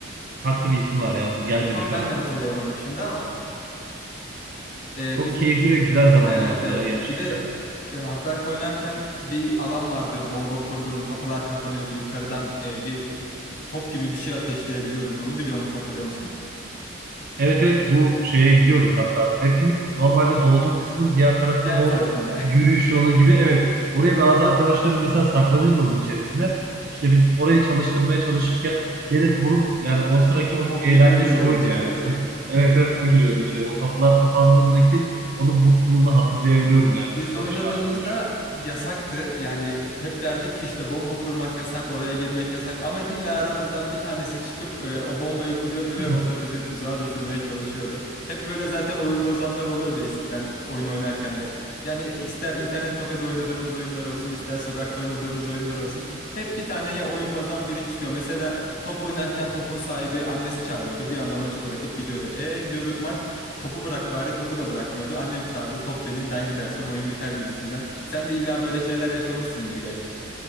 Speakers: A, on the right; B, on the left.
A: Farklı bir ismi var ya onun gelmedi
B: Tam
A: şu
B: ben
A: an aklıma.
B: de hatırlayamadım şimdi ama e,
A: Çok
B: biz
A: keyifli ve güzel zamanlardı
B: evet evet.
A: ya gerçekten.
B: Bir de e, Half-Life oynarken bir alan vardı. Bomba kurduğun, kapılar kapanıyordu. Yukarıdan e, bir top gibi bir şey ateşleyebiliyordun. Onu biliyor musun, hatırlıyor musun?
A: Evet evet bu şeye gidiyorduk hatta. Map'in normalde doğduğun kısmın diğer tarafına
B: Diğer
A: doğru
B: tarafından. <laughs>
A: bir yürüyüş yolu gibi. Evet oraya bazı arkadaşlarım mesela saklanıyordu onun içerisine.
B: Hı hı.
A: İşte biz orayı çalıştırmaya çalışırken gelip vurup yani o sıraki onun
B: O,
A: eğlencesi
B: gir, o giriyordu
A: oydu
B: içeri
A: yani.
B: değil
A: Sırf,
B: mi?
A: evet evet o giriyordu içeri. O kapılar kapandığındaki onun mutluluğunu hatırlayabiliyorum yani
B: Biz
A: bizim
B: oynadığımızda
A: o dışarıda ölüşümüz.
B: yasaktı. Yani hep derdik ki işte bomba kurmak yasak, oraya girmek yasak. Ama illa aramızdan bir tanesi çıkıp e, o bombayı kuruyordu ve
A: <clears throat>
B: orada bizi tuzağa düşürmeye çalışıyordu. Hep böyle zaten oyun bozanlar oluyordu eskiden oyun oynarken de. Yani ister internet kafede oynadığımız oyunlar olsun, ister sokakta oynadığımız oyunlar olsun. Hep bir tane ya oyun bozan biri çıkıyor. Mesela top oynarken topun sahibi annesi çağırıyordu. Bir anda maçı bırakıp gidiyordu. E diyorduk maç topu bırak bari topu da bırakmıyordu. Annem çağırdı top benim ben gidersem oyun biter gibisinden. Sen de illa böyle şeyler yaşamışsındır gerçi.